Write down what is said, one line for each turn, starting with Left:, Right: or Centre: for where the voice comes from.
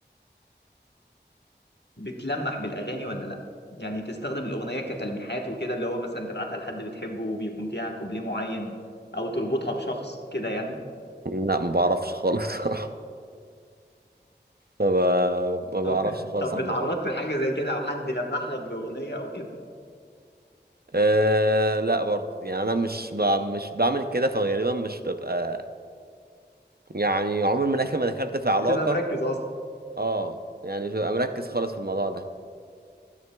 Left: بتلمح بالاغاني ولا لا يعني تستخدم الاغنيه كتلميحات وكده اللي هو مثلا تبعتها لحد بتحبه وبيكون فيها كوبليه معين او تربطها بشخص كده يعني
Right: لا ما بعرفش خالص <laughs> صراحه ما, ب... ما
Left: طب
Right: بعرفش خالص
Left: طب
Right: عن
Left: اتعرضت
Right: الموضوع
Left: لحاجه زي كده او حد لمح لك باغنيه او كده
Right: أه لا برضو يعني انا مش ب... مش بعمل كده فغالبا مش ببقى يعني عمري من الاخر ما دخلت في
Left: مش
Right: علاقة
Left: بتبقى مركز
Right: اه يعني مش ببقى مركز خالص في الموضوع ده